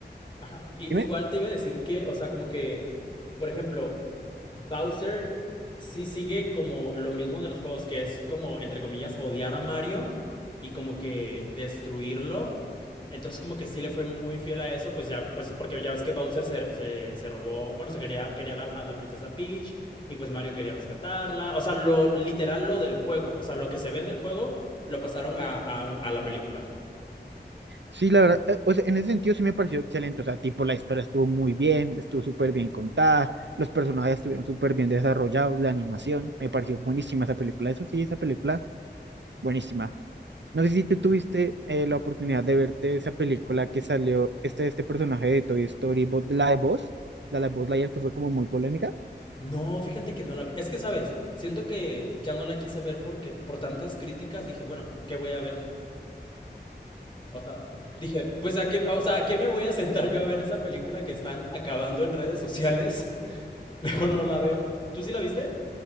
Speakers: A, on the left; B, on the right.
A: Ajá. I-
B: dime.
A: igual te iba a decir que, o sea, como que, por ejemplo, Bowser sí sigue como lo mismo de los juegos, que es como, entre comillas, odiar a Mario y como que destruirlo. Entonces como que sí le fue muy fiel a eso, pues ya, pues porque ya ves que Bowser se, se, se robó, bueno, se quería, quería la- a la princesa Peach y pues Mario quería rescatarla. O sea, lo literal, lo del juego, o sea, lo que se ve en el juego, lo pasaron a, a un- a la película.
B: Sí, la verdad, eh, o sea, en ese sentido sí me pareció excelente, o sea, tipo la historia estuvo muy bien, estuvo súper bien contada, los personajes estuvieron súper bien desarrollados, la animación, me pareció buenísima esa película, eso sí, esa película, buenísima. No sé si tú tuviste eh, la oportunidad de verte esa película que salió, este, este personaje de Toy Story, Buzz- la de Buzz, la de Buzz Lightyear que fue como muy polémica.
A: No, fíjate que no la vi. Es que, ¿sabes? Siento que ya no la quise ver porque por tantas críticas dije, bueno, ¿qué voy a ver? O sea, dije, pues a qué, o sea, ¿a qué me voy a sentar yo a ver esa película que están acabando en redes sociales? <laughs> Mejor no la veo. ¿Tú sí la viste?